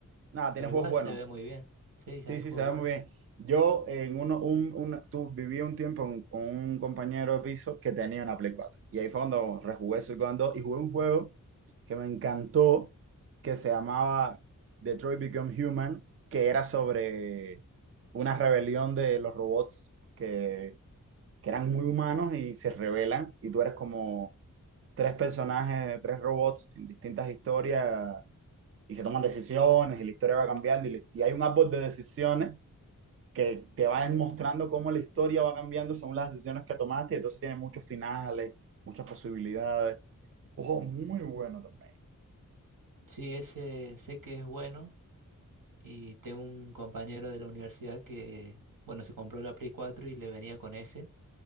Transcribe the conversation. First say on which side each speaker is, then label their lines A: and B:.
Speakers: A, on the right (about 45°); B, on the right (about 75°).
A: Nada, tienes
B: pero
A: juegos
B: igual
A: buenos.
B: se ve muy bien. Sí,
A: Sí,
B: sí hay
A: sí,
B: juegos
A: se ve
B: buenos.
A: muy bien. Yo en uno, un, un- tú viví un tiempo en- con un compañero de piso que tenía una Play cuatro Y ahí fue cuando rejugué su Gone 2 y jugué un juego que me encantó, que se llamaba Detroit Become Human, que era sobre una rebelión de los robots que, que eran muy humanos y se rebelan, y tú eres como tres personajes, tres robots en distintas historias, y se toman decisiones, y la historia va cambiando, y, le- y hay un árbol de decisiones que te van mostrando cómo la historia va cambiando según las decisiones que tomaste, y entonces tiene muchos finales, muchas posibilidades. Ojo, muy bueno también.
B: Sí, ese sé que es bueno. Y tengo un compañero de la universidad que, bueno, se compró la Play cuatro y le venía con ese.